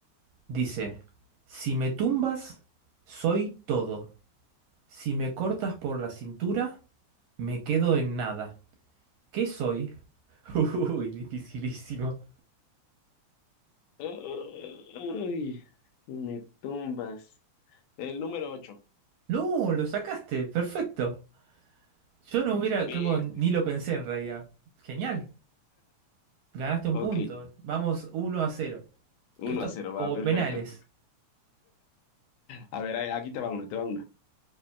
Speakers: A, on the right; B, on the left.
A: dice, si me tumbas, soy todo. Si me cortas por la cintura, me quedo en nada. ¿Qué soy? <laughs> Uy, dificilísimo.
B: Ay, me tumbas. El número 8.
A: No, lo sacaste, perfecto. Yo no hubiera,
B: Bien.
A: creo, ni lo pensé en realidad. Genial, ganaste un
B: Ok.
A: punto. Vamos uno a cero.
B: Uno
A: Esto
B: a
A: es
B: cero
A: como
B: Va, perfecto.
A: penales.
B: A ver, ahí- aquí te va una, te va una.